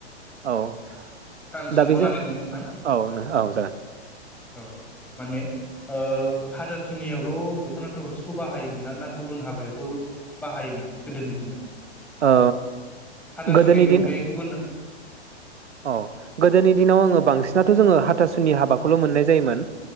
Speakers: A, on the right; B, in the centre.
A: औ
B: आं
A: दा
B: सोंबावनो
A: बेजों
B: नागिरदों नोंथां
A: औ जागोन
B: औ माने ओ हाथासुनियावल' दख'ना थावसिखौ बाहायोमोन ना ना गुबुन हाबायावबो बाहायोमोन गोदोनि दिनाव
A: ओ
B: हाथासुनिनि
A: गोदोनि दिन
B: अनगायै गुबुन
A: औ गोदोनि दिनाव आङो बांसिनाथ' जोङो हाथासुनि हाबाखौल' मोननाय जायोमोन